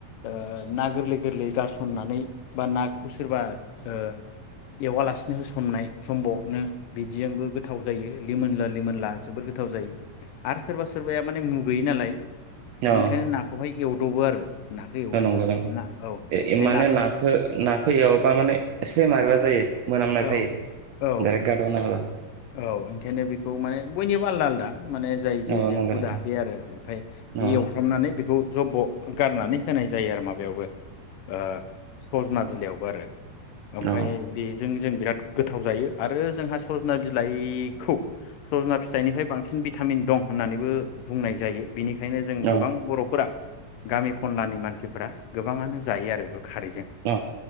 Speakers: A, on the left (about 80°); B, on the right (about 70°).
A: ओ ना गोरलै गोरलै गारसननानै। बा नाखौ सोरबा ओ एवालासे बिदिनो होसननाय सम्ब' नो बिदिजोंबो गोथाव जायो। लिमोनला लिमोनला जोबोद गोथाव जायो। आरो सोरबा सोरबाया माने मुग गैयि नालाय।
B: औ
A: बेखायनो
B: औ
A: नाखौहाय एवदबो आरो नाखौ एवदबो
B: नंगौ
A: ना औ
B: ए
A: बे
B: माने नाखौ नाखौ एवबा माने से मारैबा जायो मोनामनायखाय
A: औ
B: डाइरेक्ट
A: औ
B: गारदावना होबाय।
A: औ, ओंखायनो बेखौ माने बयनिबो आलदा आलदा। माने जाय जिजों
B: अ नंगौ
A: हुदा
B: नोंथां
A: बे आरो ओमफ्राय बे
B: अ
A: एवफ्रामनानै बेखौ जब्ब'। गारनानै होनाय जायो आरोमा बेयावबो ओ सजना बिलायावबो आरो। ओमफ्राय
B: अ
A: बेजों जों बिराद गोथाव जायो आरो जोंहा स ना बिलाइखौ सजना फिथाइनिफ्राय बांसिन बि भिटामिन दं होननानैबो बुंनाय जायो। बेनिखायनो जों
B: अ
A: गोबां बर'फोरा गामि खनलानि मानसिफोरा गोबाङानो जायो आरो बेखौ खारैजों
B: ओ